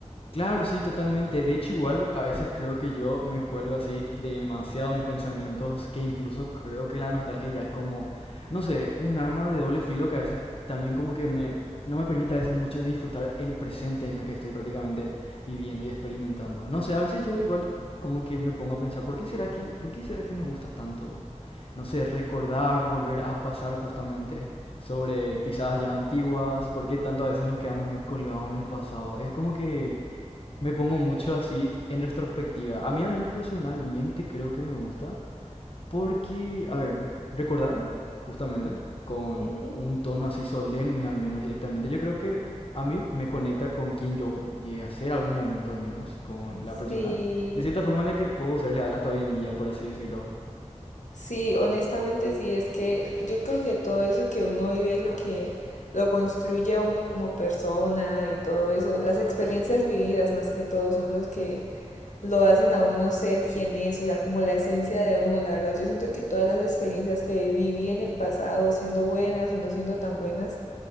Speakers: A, on the left; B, on the left.
A: Claro, sí, totalmente. De hecho, igual a veces creo que yo me cuelgo así demasiado a mis pensamientos, que incluso creo que la nostalgia ya es como, no sé, un arma de doble filo que a veces también como que me, no me permite a veces mucho disfrutar el presente en el que estoy prácticamente viviendo y experimentando. No sé, a veces yo igual como que me pongo a pensar, ¿por qué será que, por qué será que nos gusta tanto? No sé, recordar, volver a pasar justamente sobre pisadas ya antiguas, por qué tanto a veces nos quedamos muy colgados en el pasado. Es como que me pongo mucho así en retrospectiva. A mí al menos personalmente creo que me gusta porque, a ver, recordar justamente con
B: Ujú.
A: un tono así solemne al menos directamente. Yo creo que a mí me conecta con quien yo llegué a ser algún momento al menos, con la
B: Sí,
A: persona. De cierta forma en la que puedo ser leal hasta hoy en día, por así decirlo.
B: sí, honestamente sí, es que yo creo que todo eso que uno vive es lo que lo construye a uno como persona y todo eso. Las experiencias vividas más que todo son los que lo hacen a uno ser quien es, o sea, como la esencia de uno, la verdad. Yo siento que todas las experiencias que viví en el pasado, siendo buenas o no siendo tan buenas,